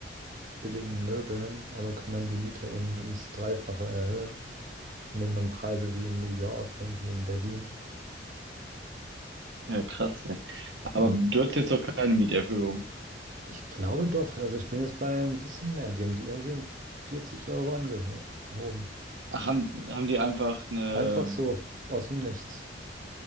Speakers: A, on the right; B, on the right.
A: billigen Möbeln, aber können dann die Miete eben ums Dreifache erhöhen und nehmen dann Preise wie in New York, irgendwie in Berlin.
B: Ja, krass, Aber
A: Ja.
B: du hattest jetzt doch keine Mieterhöhung.
A: Ich glaube doch, also ich bin jetzt bei ein bisschen mehr, die haben die irgendwie um 40 Euro angehoben.
B: Ach, haben, haben die einfach eine
A: Einfach so aus dem Nichts.